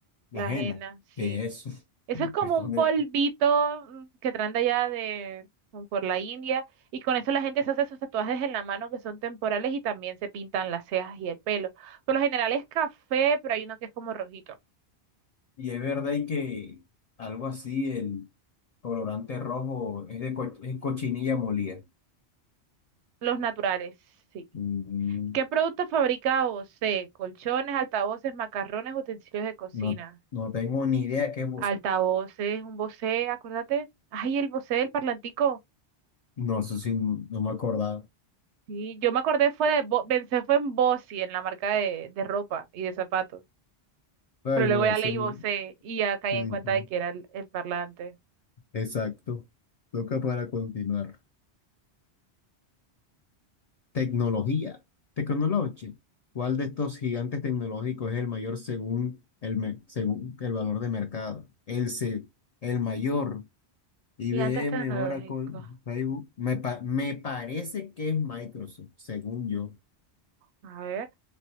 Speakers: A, on the left; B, on the right.
A: La
B: la ajena,
A: henna.
B: sí.
A: ¿Qué es eso?
B: Eso
A: <laughs>
B: es como
A: Responde.
B: un polvito mm, que traen de allá de, como por la India y con eso la gente se hace sus tatuajes en la mano que son temporales y también se pintan las cejas y el pelo. Por lo general es café, pero hay uno que es como rojito.
A: Y es verdad y que algo así, el colorante rojo es de co- es cochinilla molida.
B: Los naturales, sí.
A: Mm,
B: ¿Qué productos fabrica Bosé? Colchones, altavoces, macarrones, utensilios de cocina.
A: no, no tengo ni idea qué es
B: Altavoces, un Bose acuérdate. Ay, el Bose el parlantico.
A: No, eso sí, no me acordaba.
B: Sí, yo me acordé fue de, Bo- pensé fue en Bossi, en la marca de, de ropa y de zapatos.
A: Pero
B: Pero
A: Ahí
B: luego
A: no decía
B: ya leí
A: ni.
B: vocé y ya caí
A: Ujú,
B: en cuenta de que era el, el parlante.
A: Exacto. Toca para continuar. Tecnología. Tecnología. ¿Cuál de estos gigantes tecnológicos es el mayor según el, mer- según el valor de mercado? El, se- el mayor. I
B: Gigantes
A: B M
B: tecnológicos.
A: Oracle, Facebook. Me, pa- me parece que es Microsoft, según yo.
B: A ver,